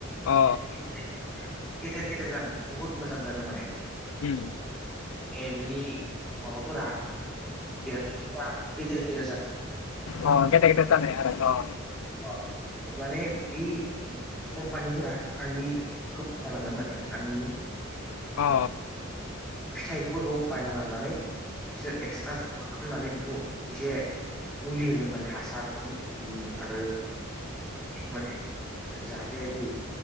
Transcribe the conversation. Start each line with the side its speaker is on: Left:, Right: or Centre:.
Left: अ
Centre: <inaudible> गेदेर गेदेर जादों बहुद मोजां जादों माने
Left: उम
Centre: ए बिनि माबाफोरा देरनायफोरा गेदेर गेदेर जादों
Left: अ गेदेर गेदेर जानाय आरो अ
Centre: अ माने बे कम्पानिफोरा आंनि खोब जालांगोन माने आंनि
Left: अ
Centre: फिथाइफोरखौ बायना लांनानै बिसोर एक्सट्रा ज' मा खालामनानै बेखौ एसे मुलि होगोन माने हासारनि आरो माने जाहाथे बे